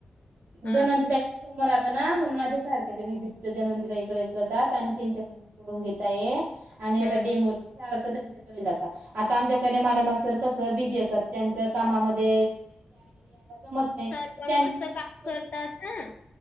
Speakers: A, on the left; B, on the right.
A: हा,
B: धन्वंती तईच्या समोर आल्या ना, म्हणून आता सारखे ते वीद <unintelligible> धन्वंती कडे तात, आणि त्यांच्याकड करून घेताये, आणि आता
A: हम्म.
B: डेमोर सारखं त्यांच्याकडे जातात. आता आमच्याकडे माले मास सर, कस बिझी असतात, त्यांच कामामध्ये जमत नाही
A: सरपण
B: त्यांनी
A: मस्त
B: पण
A: काम
B: मदत
A: करतात ना,